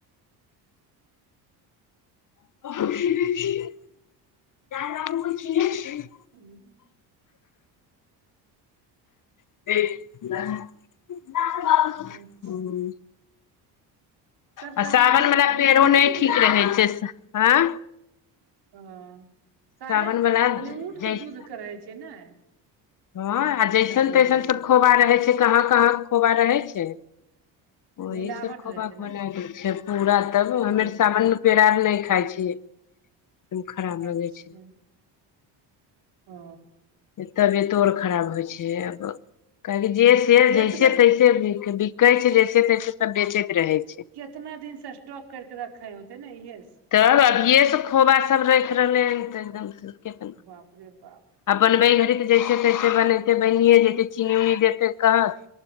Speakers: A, on the left; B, on the right.
A: <unintelligible>
B: <unintelligible>
A: <unintelligible>
B: <unintelligible>
A: हूँ
B: सब
A: आ
B: कहै
A: सावन
B: छै ऊटके
A: वला
B: दूध
A: पेड़ो
B: ऊटके
A: नहि ठीक
B: दूध रहै छै
A: आँ
B: ह काहे
A: सावन
B: कहली
A: वला
B: ऊट
A: जैस
B: कऽ दूध कऽ रहे छै ने
A: हँ आ जैसन
B: सब बोलै
A: तैसन सब खोबा रहै छै कहाँ कहाँ खोबा रहै छै ओही
B: मिलावट
A: सब खोबाका
B: रहतै
A: खोना
B: ने
A: छै पूरा तब
B: ओ
A: हमेर सावन पेड़ार नहि खाइ छियै एकदम खराब
B: अच्छा
A: लगै छै
B: ओ
A: तबियतो आर खराब होइ छै आब काहेकि जे से
B: केतना
A: जैसे तैसे कहै छै जैसे तैसे सब बेचैत रहै छै
B: उतना दिन से स्टॉक करके रखे होते नऽ इहे
A: तब अभियय सऽ खोबा सब राख रहले हन ते एकदम
B: बापरे बाप
A: आ बनबै घड़ी तऽ जैसे तैसे बनतै बनिए जतै चीनी उनी जेतै कहस